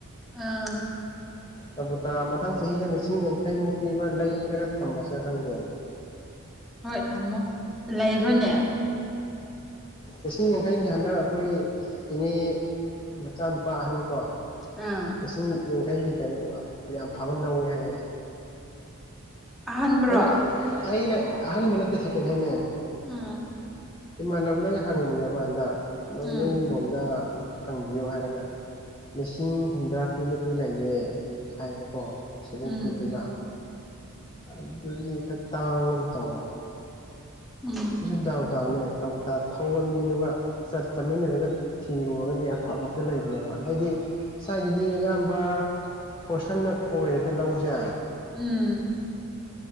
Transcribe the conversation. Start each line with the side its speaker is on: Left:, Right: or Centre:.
Centre: ꯑꯥ
Left: ꯀꯕꯨꯇꯥ ꯑꯃ ꯃꯊꯪ ꯆꯍꯤꯗ ꯂꯤꯁꯤꯡ ꯌꯥꯡꯈꯩꯃꯨꯛ ꯄꯤꯕ ꯂꯩꯔꯒ ꯊꯝꯃꯁꯤꯔ ꯈꯪꯗꯦ
Centre: ꯍꯣꯏ ꯊꯝꯃꯣ ꯂꯩꯕ꯭ꯔꯅꯦ
Left: ꯂꯤꯁꯤꯡ ꯌꯥꯡꯈꯩꯒꯤ ꯍꯟꯗꯛ ꯑꯩꯈꯣꯏ ꯏꯅꯦ ꯃꯆꯥꯅꯨꯄꯥ ꯑꯍꯟ ꯀꯣ
Centre: ꯑꯥ
Left: ꯂꯤꯁꯤꯡ ꯌꯥꯡꯈꯩꯒꯤ ꯀꯩꯅꯣ ꯌꯥꯝ ꯐꯕ ꯂꯧꯋꯦ ꯍꯥꯏꯌꯦ
Centre: ꯑꯍꯥꯟꯕ꯭ꯔꯣ
Left: ꯑꯩꯅ ꯑꯩꯅ ꯑꯍꯥꯟꯕ ꯅꯠꯇꯦ ꯁꯦꯀꯦꯟ ꯍꯦꯟꯅꯦ
Centre: ꯑ
Left: ꯏꯃꯥꯟꯅꯕꯗ ꯑꯩ ꯍꯪꯕꯅꯦꯕ ꯍꯟꯗꯛ ꯀꯩꯅꯣ
Centre: ꯎꯝ
Left: ꯅꯣꯏ ꯔꯣꯝꯗ ꯍꯪꯕꯤꯌꯨ ꯍꯥꯏꯔꯒ ꯂꯤꯁꯤꯡ ꯍꯨꯝꯗ꯭ꯔꯥ ꯄꯤꯕꯗꯤ ꯂꯩꯌꯦ ꯍꯥꯏꯕꯀꯣ ꯁꯚꯦꯟꯇꯤ
Centre: ꯎꯝ
Left: ꯄꯤꯕ ꯑꯗꯨꯗꯤ ꯈꯔ ꯇꯥꯡꯒꯨꯝ ꯇꯧꯕ
Centre: ꯎꯝ
Left: ꯁꯤꯁꯨ ꯗꯥꯎ ꯗꯥꯎꯅꯦ ꯀꯕꯨꯇꯥ ꯊꯧꯕ ꯃꯤꯗꯨꯒ ꯆꯠ ꯆꯥꯃꯤꯟꯅꯔꯒ ꯊꯤꯔꯨꯔꯒꯗꯤ ꯑꯐ ꯑꯐꯕꯁꯨ ꯂꯩꯕꯅꯦꯕ ꯍꯥꯏꯗꯤ ꯁ꯭ꯋꯥꯏꯒꯤꯗꯤ ꯑꯌꯥꯝꯕ ꯐꯣꯔꯁꯟꯅ ꯈꯣꯏꯔꯗꯤ ꯂꯧꯁꯦ
Centre: ꯎꯝ